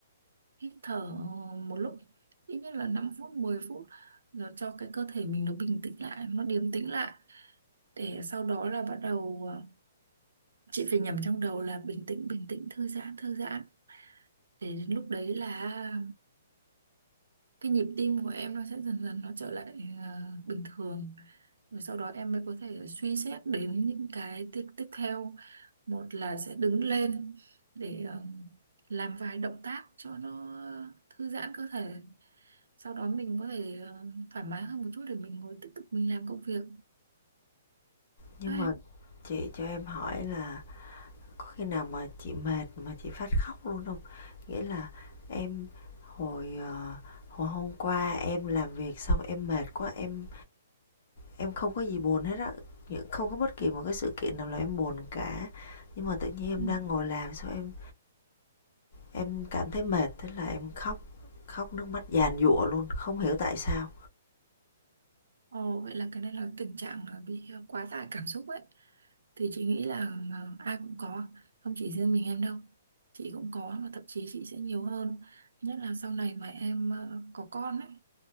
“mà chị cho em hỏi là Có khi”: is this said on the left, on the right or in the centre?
Left